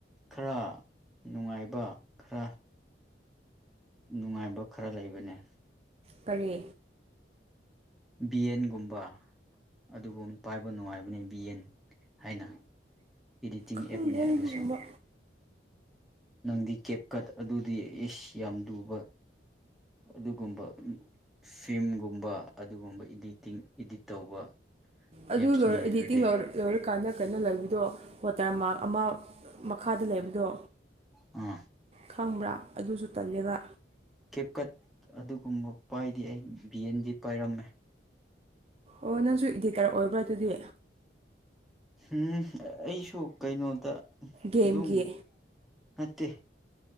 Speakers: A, in the centre; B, on the right (about 35°).
A: ꯈꯔ ꯅꯨꯡꯉꯥꯏꯕ ꯈꯔ ꯅꯨꯡꯉꯥꯏꯕ ꯈꯔ ꯂꯩꯕꯅꯦ
B: ꯀꯔꯤ
A: ꯕꯤꯌꯦꯟꯒꯨꯝꯕ ꯑꯗꯨꯒꯨꯝ ꯄꯥꯏꯕ ꯅꯨꯡꯉꯥꯏꯕꯅꯦ ꯕꯤꯌꯦꯟ ꯍꯥꯏꯅ ꯏꯗꯤꯇꯤꯡ
B: ꯈꯪꯗꯦ
A: ꯑꯦꯞꯅꯦ ꯑꯗꯨꯁꯨ
B: ꯑꯗꯨꯒꯨꯝꯕ
A: ꯅꯪꯗꯤ ꯀꯦꯞ ꯀꯠ ꯑꯗꯨꯗꯤ ꯏꯁ ꯌꯥꯝ ꯂꯨꯕ ꯑꯗꯨꯒꯨꯝꯕ ꯎ ꯐꯤꯝꯒꯨꯝꯕ ꯑꯗꯨꯒꯨꯝꯕ ꯏꯗꯤꯇꯤꯡ ꯏꯗꯤꯠ ꯇꯧꯕ
B: ꯑꯗꯨ
A: ꯑꯦꯞꯁꯅꯤ
B: ꯂꯣꯏꯔ ꯏꯗꯤꯇꯤꯡ
A: ꯑꯗꯨꯗꯤ
B: ꯂꯣꯏꯔ ꯂꯣꯏꯔꯀꯥꯟꯗ ꯀꯩꯅꯣ ꯂꯩꯕꯗꯣ ꯋꯥꯇꯔ ꯃꯥꯔꯛ ꯑꯃ ꯃꯈꯥꯗ ꯂꯩꯕꯗꯣ꯫
A: ꯎꯝ
B: ꯈꯪꯕ꯭ꯔꯥ ꯑꯗꯨꯁꯨ ꯇꯜꯂꯦꯕ
A: ꯀꯦꯞꯀꯠ ꯑꯗꯨꯒꯨꯝꯕ ꯄꯥꯏꯗꯦ ꯑꯩ ꯕꯤ ꯑꯦꯟꯗꯤ ꯄꯥꯏꯔꯝꯃꯦ꯫
B: ꯑꯣ ꯅꯪꯁꯨ ꯏꯗꯤꯇꯔ ꯑꯣꯏꯕ꯭ꯔꯥ ꯑꯗꯨꯗꯤ?
A: ꯍꯨꯝ ꯑꯩꯁꯨ ꯀꯩꯅꯣꯗ
B: ꯒꯦꯝꯒꯤ
A: ꯑꯗꯨꯝ ꯅꯠꯇꯦ